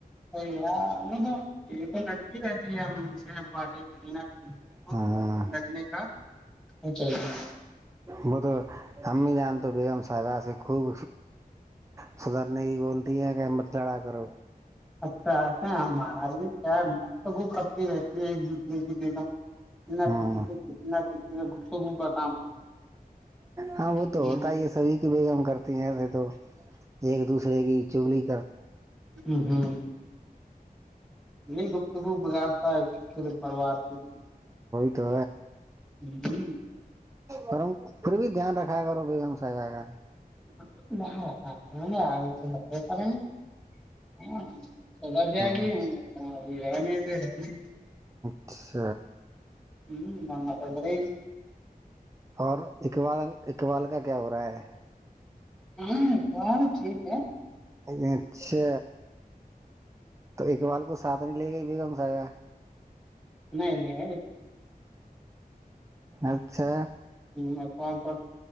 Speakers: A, in the centre; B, on the right.
A: نہیں یہ تو نٹتی رہتی ہے ہم سےب ب ک کسی کو
B: ہاں
A: لڑنے کا وہ چاہیے
B: وہ تو ہممی جان تو بیگم ساس خوب صدر نے یہی بولتی ہے کہ مت لڑا کرو
A: اچھا ہمارے مگو کرتی رہتی ایک دوسرے کیمتنا
B: ہاں
A: کسی کتنا یہ ب سبو پ
B: ہاں وہ تو
A: ہ
B: ہوتا ہی ہے سبھی کی بیگم کرتے ہیں ایسے تو ایک دوسرے کی جلی
A: ہوں ہوں نہیں گپ صبو بگاڑتا ہے پے پوار کو بھی
B: تو
A: جی
B: اورم پھر بھی دھیان رکھا کرو بیگم صاحبہ کا
A: ب پے ن ہاں ادھر جائے
B: ہاں
A: گی ابھی رہنے تھ رہنے
B: ا <inaudible>
A: ہوں بم پد رہے
B: اور اقبال اقبال کا کیا ہو رہا ہے
A: ہ ہ ٹھیک ہے
B: اچھا تو اکبال کو ساتھ نہیں لے گئی بیگم صاحب
A: نہیںائ نہیں
B: اچھا
A: ادیال پر